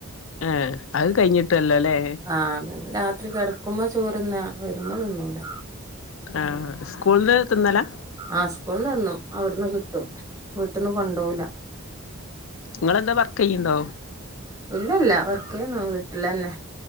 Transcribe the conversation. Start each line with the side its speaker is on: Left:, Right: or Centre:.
Left: ഏഹ് അത് കഴിഞ്ഞിട്ടില്ലല്ലേ
Right: ആഹ് അങ്ങങ്ങ് രാത്രി കെടക്കുമ്പോ ചോറിന്നാ വെരുമ്പോ തിന്നൂല
Left: ആഹ് സ്കൂൾന്ന് തിന്നലാ
Right: ആഹ് സ്കൂൾന്ന് തിന്നും അവിടുന്ന് കിട്ടും വീട്ടിന്ന് കൊണ്ടു പോവൂല്ല
Left: ഇങ്ങളെന്താ വർക്കെയ്യുണ്ടോ
Right: ഇല്ലില്ല വർക്കെയ്യുന്നു വീട്ടിലന്നെ